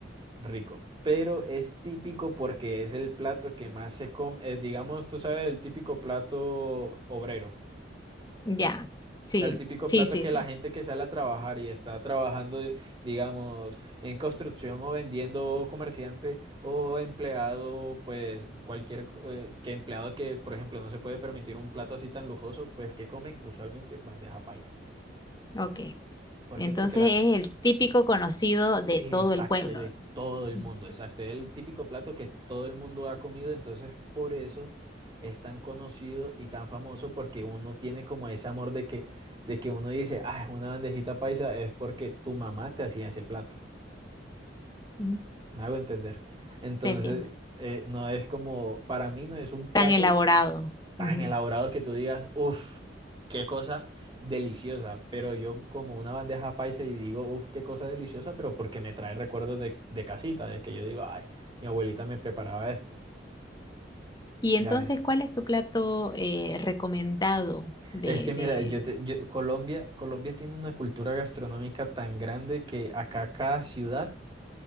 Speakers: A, on the right (about 25°); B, on the left (about 20°).
A: rico, pero es típico porque es el plato que más se come, eh, digamos, tú sabes, el típico plato obrero.
B: Ya, sí,
A: O sea, el típico
B: sí,
A: plato
B: sí,
A: que
B: sí.
A: la gente que sale a trabajar y está trabajando, di- digamos, en construcción o vendiendo comerciante o empleado, pues cualquier co- eh, que empleado que, por ejemplo, no se puede permitir un plato así tan lujoso, pues que comen usualmente bandeja paisa.
B: Ok.
A: ¿Por
B: Entonces
A: qué? Porque la,
B: es el típico conocido de
A: Exacto,
B: todo el pueblo,
A: de todo el
B: Mm.
A: mundo, exacto, es el típico plato que todo el mundo ha comido, entonces por eso es tan conocido y tan famoso porque uno tiene como ese amor de que, de que uno dice, ah, una bandejita paisa es porque tu mamá te hacía ese plato,
B: Ujú,
A: me hago entender. Entonces,
B: Te entiendo.
A: eh, no es como, para mí no es un plato
B: Tan elaborado.
A: tan
B: Ujú.
A: elaborados que tú digas, uff, qué cosa deliciosa. Pero yo como una bandeja paisa y digo, uff, qué cosa deliciosa, pero porque me trae recuerdos de, de casita, de que yo digo, ay, mi abuelita me preparaba esto.
B: Y
A: Ya
B: entonces,
A: ves.
B: ¿cuál es tu plato eh, recomendado de,
A: Es que mira,
B: de...
A: yo te- yo- Colombia, Colombia tiene una cultura gastronómica tan grande que acá cada ciudad,